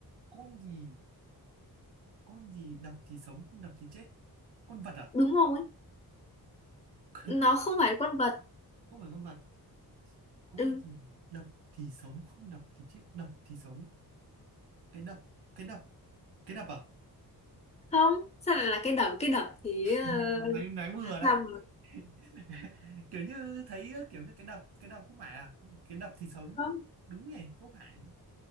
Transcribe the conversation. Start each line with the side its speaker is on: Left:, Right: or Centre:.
Right: con gì con gì đập thì sống không đập thì chết con vật à
Left: đúng rồi
Right: <laughs>
Left: nó không phải con vật
Right: không phải con vật con
Left: ừ
Right: gì đập thì sống không đập thì chết đập thì sống cái đập cái đập cái đập à <laughs>
Left: không sao lại là cái đập cái đập thì ờ,
Right: Ừ, nãy nãy
Left: là
Right: vừa đấy
Left: sao mà
Right: <laughs> kiểu như thấy ờ, kiểu như cái đập cái đập không phải à cái đập thì sống
Left: không
Right: đúng nhỉ không phải